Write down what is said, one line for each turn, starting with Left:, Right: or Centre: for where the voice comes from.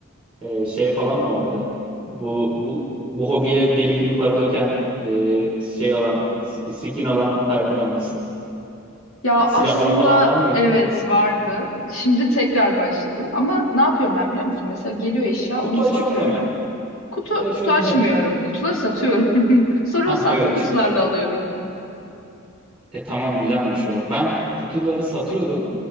Centre: e, şey falan mı vardı? Bu bu bu hobiye deli gibi para döken e, şey alan, s- skin alan tayfadan mısın?
Left: Ya
Centre: Silahlar
Left: aslında
Centre: falan var mıydı?
Left: evet vardı. Şimdi tekrar başladım. Ama ne yapıyorum ben biliyor musun? Mesela geliyor eşya
Centre: Kutu
Left: onu satıyorum.
Centre: açıyorum deme.
Left: Kutu
Centre: Kutu açıyorum
Left: kutu açmıyorum.
Centre: deme.
Left: Kutuları satıyorum. <laughs> Sonra
Centre: Ah
Left: o sattığım
Centre: evet.
Left: kutularla
Centre: çü-
Left: alıyorum.
Centre: e tamam güzelmiş o. Ben kutuları satıyordum.